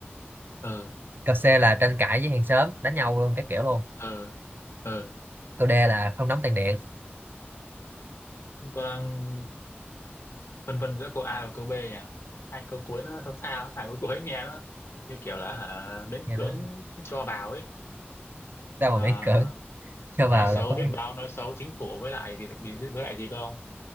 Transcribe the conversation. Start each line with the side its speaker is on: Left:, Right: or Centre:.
Left: Ừ.
Right: câu C là tranh cãi với hàng xóm đánh nhau luôn các kiểu luôn
Left: Ừ. Ừ.
Right: câu D là không đóng tiền điện
Left: Tôi đang phân vân giữa câu A và câu B nhỉ? Hai câu cuối nó sao sao, hai câu cuối nghe nó như kiểu là hả, miễn
Right: nghe
Left: cưỡng
Right: nó
Left: cho vào ấy.
Right: sao mà
Left: À,
Right: miễn cưỡng cho
Left: nói
Right: vào
Left: xấu
Right: là có
Left: biết báo nói xấu chính phủ với lại gì với lại gì cơ ông